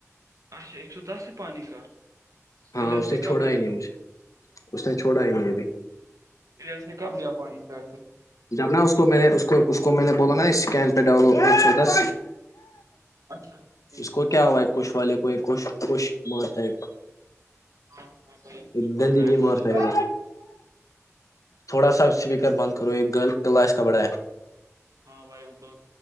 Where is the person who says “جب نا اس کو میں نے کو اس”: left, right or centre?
Left